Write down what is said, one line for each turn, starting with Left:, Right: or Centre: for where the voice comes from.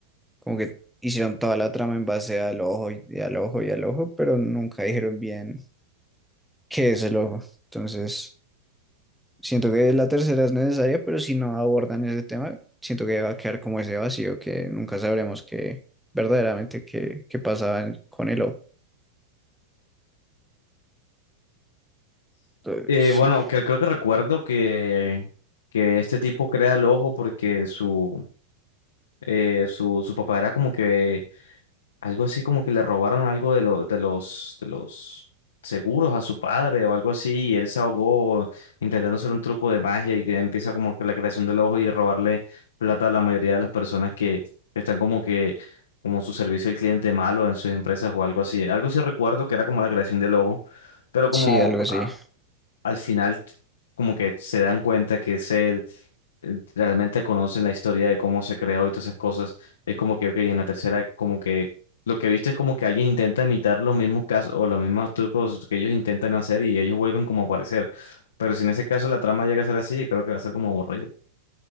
Centre: como que hicieron toda la trama en base al ojo y, y al ojo y al ojo, pero nunca dijeron bien qué es el ojo. Entonces Siento que la tercera es necesaria, pero si no abordan ese tema, siento que va a quedar como ese vacío que nunca sabremos que verdaderamente qué, qué pasaba en- con el O. Entonces,
Left: Eh,
Centre: sí,
Left: bueno, que, creo que recuerdo que, que este tipo crea el ojo porque su, eh, su, su papá era como que Algo así como que le robaron algo de, lo- de los, de los seguros a su padre o algo así y él se ahogó intentando hacer un truco de magia y que empieza como que la creación del ojo y robarle plata a la mayoría de las personas que están como que como su servicio al cliente malo en sus empresas o algo así. Algo sí recuerdo que era como la creación del ojo, pero
Centre: sí,
Left: como
Centre: algo así.
Left: al final como que se dan cuenta que es él, eh, realmente conocen la historia de cómo se creó y todas esas cosas, es como que, ok, en la tercera como que lo que viste es como que alguien intenta imitar los mismos casos o los mismos trucos que ellos intentan hacer y ellos vuelven como a aparecer. Pero si en ese caso la trama llega a ser así, creo que va a ser como aburrido.